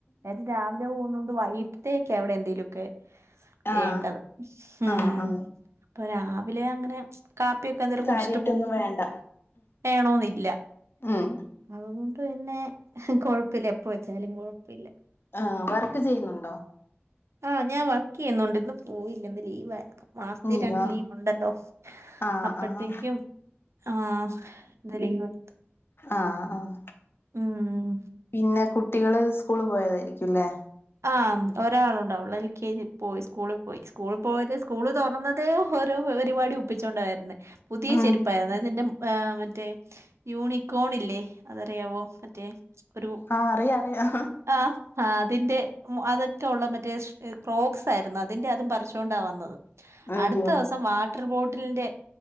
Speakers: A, on the right; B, on the left.
A: എനട്ടൻ രാവിലെ പോ... ന്നോണ്ട് വൈകിട്ടത്തേക്കെ അവിടെ എന്തെലും ഒക്കെ വേണ്ടത്.
B: ആഹ്
A: ഉം
B: ആഹ് ആഹ്
A: അപ്പൊ രാവിലെ അങ്ങനെ. കാപ്പിയൊക് എന്തേലും കുടിച്ചിട്ട്
B: കാര്യായിട്ടൊന്നും
A: പോവും.
B: വേണ്ട
A: വേണോന്നില്ല.
B: ഉം
A: അതുകൊണ്ട് പിന്നെ കൊഴപ്പല്ല, എപ്പ വെച്ചാലും കൊഴപ്പല്ല.
B: ആഹ്, വർക്ക് ചെയ്യുന്നുണ്ടോ?
A: ആഹ്, ഞാൻ വർക്ക് ചെയ്യുന്നുണ്ട്. ഇന്ന് പോയില്ല, ഇന്ന് ലീവായിരുന്നു. മാസത്തെ
B: നീയോ
A: രണ്ട് ലീവ് ഉണ്ടല്ലോ,
B: ആഹ്
A: അപ്പഴത്തേക്കും
B: ആഹ്
A: ആഹ, ഇന്ന് ലീവ് എടുത്തു.
B: ആഹ് ആഹ്
A: ഉം
B: പിന്നെ, കുട്ടികള് സ്കൂള് പോയതായിരിക്കും ല്ലേ?
A: ആഹ്, ഒരാളുണ്ട്. ഓള് എൽ കെ ജ് പോയി, സ്കൂളിൽ പോയി, സ്കൂളിൽ പോയത് സ്കൂള് തുറന്നതേ. ഓരോ പരിപാടി ഒപ്പിച്ചോണ്ട വരുന്നേ. പുതിയ
B: ഉം
A: ചെരുപ്പായിരുന്നു, അതിൻ്റെ മറ്റേ യൂണിക്കോണല്ലേ അതറിയാവോ? മറ്റേ ഒരു,
B: ആഹ് അറിയാം അറിയാം
A: അ ആ അതിന്റെ അകത്തെ ഉള്ള മറ്റേ ക്രോക്സ് ആയിരുന്നു. അതിന്റെ അത് പറിച്ചുകൊണ്ടാ വന്നത്.
B: അയ്യോ
A: അടുത്ത ദിവസം വാട് വാട്ടർ ബോട്ടിലിന്റെ